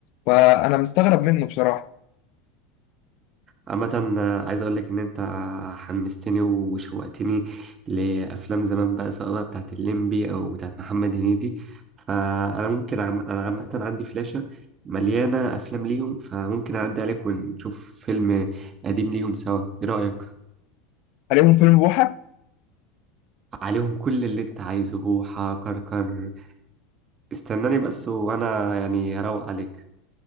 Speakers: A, on the left; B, on the right.
A: فانا مستغرب منه بصراحه
B: عامة آه، عايز أقول لك إن أنت حمستني وشوقتني لأفلام زمان بقى سواء بقى بتاعت الليمبي أو بتاعت محمد هنيدي فأنا ممكن عم... أنا عامة عندي فلاشة مليانة أفلام ليهم فممكن أعدي عليك ونشوف فيلم قديم ليهم سوا إيه رأيك؟
A: عليهم فيلم بوحه
B: عليهم كل اللي أنت عايزه بوحة كركر استناني بس وأنا يعني هروق عليك